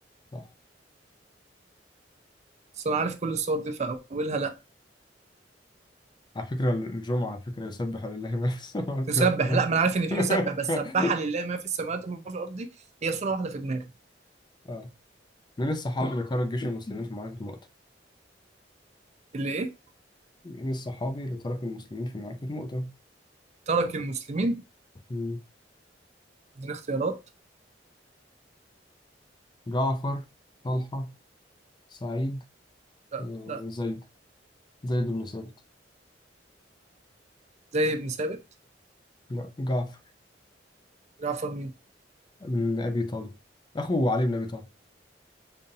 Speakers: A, on the left; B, on the right.
A: صح
B: بس انا عارف كل الصور دي فاولها لا
A: على فكرة الجمعة على فكرة يسبح لله <laughs> ما في السماوات
B: تسبح
A: والأرض
B: لا ما انا عارف ان في
A: <laughs>
B: يسبح بس سبح لله ما في السماوات وما في الارض دي هي صوره واحده في دماغي
A: آه. من الصحابي اللي ترك جيش المسلمين في معركة مؤتة
B: اللي ايه
A: من الصحابي اللي ترك المسلمين في معركة مؤتة
B: ترك المسلمين
A: مم.
B: اديني اختيارات
A: جعفر طلحة سعيد
B: لا
A: آه
B: لا
A: زيد زيد بن ثابت
B: زي ابن ثابت
A: لا جعفر
B: جعفر مين
A: بن أبي طالب أخو علي بن أبي طالب